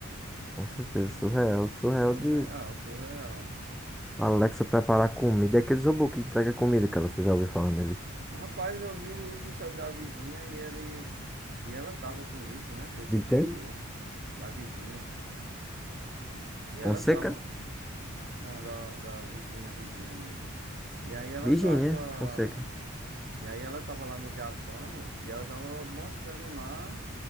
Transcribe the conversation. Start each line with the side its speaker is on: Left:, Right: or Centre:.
Centre: com certeza surreal. Surreal
Right: Surreal,
Centre: de
Right: surreal.
Centre: a Alexa preparar comida. É aqueles robôs que entrega comida, cara. Você já ouviu falando deles?
Right: Rapaz, eu vi os stories da Virgínia e ele e ela tava com isso, né? Com esses
Centre: De
Right: robôs
Centre: quem?
Right: da Virgínia. E ela
Centre: Fonseca?
Right: tava Não, da, da Virgínia, Virgínia mesmo. E aí ela
Centre: Virgínia
Right: tava.
Centre: Fonseca.
Right: E aí ela tava lá no Japão e ela tava mostrando lá